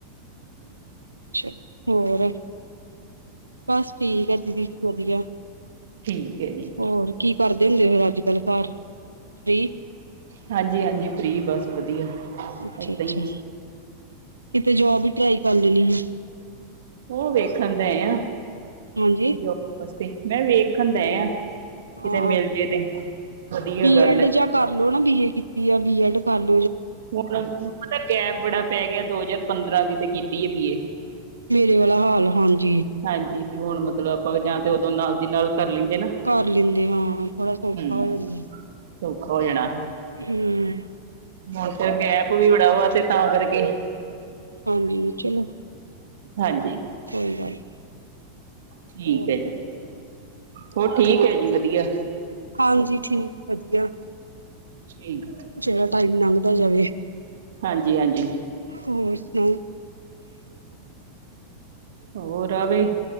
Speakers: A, on the right; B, on the right.
A: ਅੱਛਾ ਹੋਰ? ਬੱਸ ਠੀਕ ਐ। ਦੀਦੀ, ਵਧੀਆ।
B: ਠੀਕ ਹੈ ਜੀ
A: ਹੋਰ ਕੀ ਕਰਦੇ ਹੁੰਦੇ ਫਿਰ? ਕਲਕਾਰ -ਈ
B: ਹਾਂਜੀ -ਹਾਂਜੀ। ਫ੍ਰੀ ਬੱਸ, ਵਧੀਆ।
A: ਅੱਛਾ
B: ਏਦਾਂ
A: ਅੱਛਾ
B: ਹੀ
A: ਕਿਤੇ ਜੋਬ ਹੀ ਟਰਾਈ ਕਰ ਲੈਣੀ ਹੈ
B: ਉਹ ਵੇਖਣ ਦਾ ਆ
A: ਹਾਂਜੀ
B: ਜੋ ਵਾਸਤੇ ਮੈਂ ਵੇਖਣ ਦਾ ਆ ਕਿਤੇ
A: ਆਹ
B: ਮਿਲ ਜੇ ਤੇ ਵਧੀਆ
A: ਬੀਐਡ
B: ਗੱਲ ਹੈ
A: ਜਾਂ ਕਰਲੋ ਨਾ ਬੀਏ ਕੀਤੀ ਜਾਂ ਬੀਐਡ ਕਰ ਲੋ।
B: ਹੁਣ ਦਾ ਗੈਬ ਬੜਾ ਪੈ ਗਿਆ। ਦੋ ਹਜ਼ਾਰ ਪੰਦਰਾਂ ਦੀ ਤੇ ਹੈ ਬੀਏ
A: ਮੇਰੇ ਵਾਲਾ ਹਾਲ ਹਾਂਜੀ।
B: ਹਾਂਜੀ ਹੁਣ ਮਤਲਬ ਆਪਾਂ ਜਾਂ ਤੇ ਉਦੋਂ ਨਾਲ ਦੀ ਨਾਲ ਕਰ ਲੈਂਦੇ ਨਾ
A: ਕਰ ਲੈਂਦੇ ਹਾਂ ਥੋੜਾ ਸੌਖਾ
B: ਹਮ
A: ਹੋ ਜਾਂਦਾ।
B: ਸੌਖਾ ਹੋ ਜਾਣਾ ਹੀ।
A: ਹਮ।
B: ਹੁਣ ਫਿਰ ਗੈਪ ਵੀ ਬੜਾ ਵਾ ਤੇ ਤਾਂ ਕਰਕੇ
A: ਹਾਂਜੀ ਚਲੋ।
B: ਹਾਂਜੀ।
A: ਕੋਈ ਗੱਲ ਨੀ।
B: ਠੀਕ
A: ਹੋਰ
B: ਹੈ ਜੀ। ਹੋਰ ਠੀਕ ਹੈ ਜੀ ਵਧੀਆ।
A: ਹਾਂਜੀ ਠੀਕ ਆ। ਵਧੀਆ
B: ਠੀਕ
A: ਜਿਹੜਾ ਟਾਈਮ ਲੰਘ ਜਾਵੇ।
B: ਹਾਂਜੀ ਹਾਂਜੀ
A: ਹੋਰ ਸੁਣਾਓ
B: ਹੋਰ? ਰਰਾਵੇ।